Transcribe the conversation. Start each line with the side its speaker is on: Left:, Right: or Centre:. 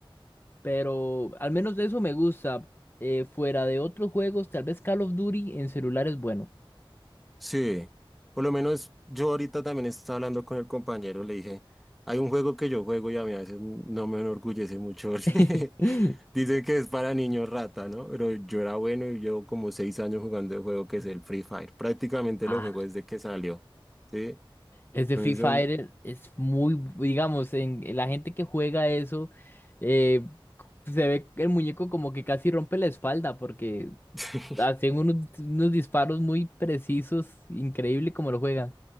Left: pero al menos de eso me gusta. Eh, fuera de otros juegos, tal vez Call of Duty en celular es bueno.
Centre: Sí. Por lo menos yo ahorita también estaba hablando con el compañero, le dije, hay un juego que yo juego y a mí a veces no me enorgullece mucho. <laughs> porque
Left: <laughs>
Centre: Dicen que es para niños rata, ¿no? Pero yo era bueno y llevo como seis años jugando el juego que es el Free Fire. Prácticamente
Left: Ah,
Centre: lo juego desde que salió, ¿sí?
Left: Ese
Centre: Entonces,
Left: Free Fire
Centre: son-
Left: es muy, digamos, en, en la gente que juega eso, eh, se ve el muñeco como que casi rompe la espalda porque
Centre: <laughs>
Left: hacen unos, unos disparos muy precisos, increíble como lo juegan.